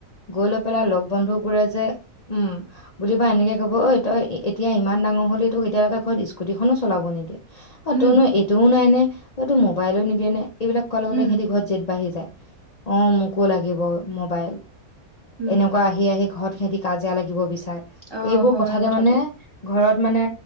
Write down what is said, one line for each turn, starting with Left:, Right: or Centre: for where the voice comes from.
Left: গৈ লৈ পেলাই লগ বন্ধু বোৰে যে উম বুলি ৱা এনেকে কব ঐ তই এতিয়া ইমান ডাঙৰ হলে তোক এতিয়ালৈকে ঘৰত স্কুটিখনো চলাব নিদিয়ে অ
Right: উম
Left: তনো এইটোও নাই নে অ তটো মোবাইলো নিদিয়ে নে এইবিলাক কোৱা লগে
Right: উম
Left: লগে সিহঁতি ঘৰ ত জেঠ বাঢি যায় অ মোকো লাগিব মোবাইল
Right: উম
Left: এনেকুৱা আহি আহি ঘৰত সিহতি কাজিয় লাগিব বিচাৰে।
Right: অ
Left: এইবোৰ
Right: হয়
Left: কথাতে
Right: কথাটো
Left: মানে ঘৰত মানে